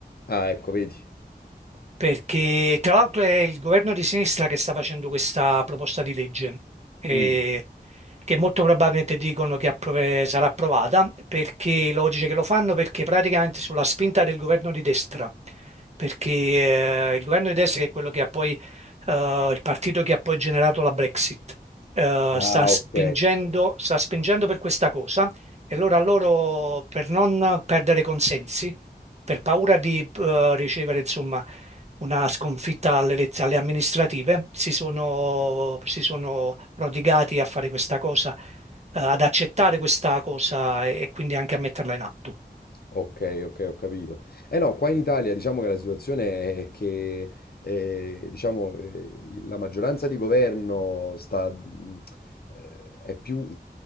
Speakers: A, on the left; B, on the right.
A: Ah, ecco, vedi.
B: perché tra l'altro è il governo di sinistra che sta facendo questa proposta di legge, eh,
A: Mm.
B: che molto probabilmente dicono che approve- sarà approvata, perché logiche che lo fanno perché praticamente sulla spinta del governo di destra, perché eh, il governo di destra che è quello che ha poi, eh, il partito che ha poi generato la Brexit, eh,
A: Ah,
B: sta spingendo,
A: ok.
B: sta spingendo per questa cosa e allora loro per non perdere consensi, per paura di eh, ricevere insomma una sconfitta alle, elez- alle amministrative, si sono, si sono prodigati a fare questa cosa, eh, ad accettare questa cosa e, e quindi anche a metterla in atto.
A: Ok, ok, ho capito. Eh no, qua in Italia diciamo che la situazione è che eh, diciamo, eh, la maggioranza di governo sta, mh, eh, è più